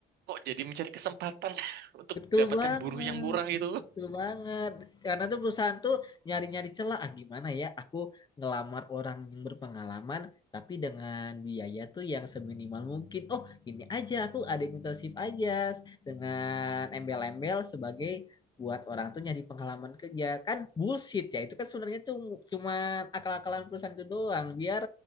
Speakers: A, on the right; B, on the left.
A: kok jadi mencari kesempatan <laughs> untuk
B: Betul
A: mendapatkan
B: banget,
A: buruh yang murah gitu.
B: betul banget. Karena tuh perusahaan tuh nyari-nyari celah. Ah, gimana ya? Aku ngelamar orang yang berpengalaman, tapi dengan biaya tuh yang seminimal mungkin. Oh, ini aja aku ada internship aja dengan embel-embel sebagai buat orang tuh nyari pengalaman kerja. Kan bullshit ya. Itu kan sebenarnya tuh cuma akal-akalan perusahaan itu doang. Biar